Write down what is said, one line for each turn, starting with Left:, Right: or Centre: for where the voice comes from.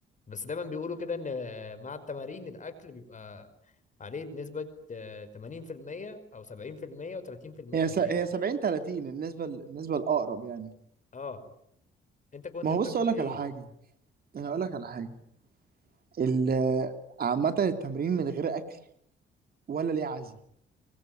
Left: بس دايما بيقولوا كده ان مع التمارين الاكل بيبقى عليه نسبة آه، 80% او 70% و30%
Right: هي
Left: تمرين
Right: س... هي 70 30 النسبة ال- النسبة الاقرب يعني
Left: اه انت كنت
Right: ما هو
Left: بتاكل
Right: بص اقول لك
Left: ايه
Right: على حاجة انا اقول لك على حاجة ال... عامة التمرين من غير اكل ولا ليه عزة